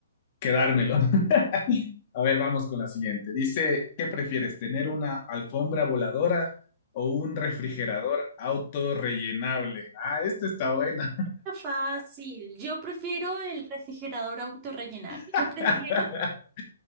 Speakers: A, on the left; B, on the right.
A: quedármelo. <laughs> A ver, vamos con la siguiente. Dice, ¿qué prefieres, tener una alfombra voladora o un refrigerador autorrellenable? Ah, esta está buena.
B: Está Fácil. Yo prefiero el refrigerador autorrellenable.
A: <laughs>
B: Yo prefiero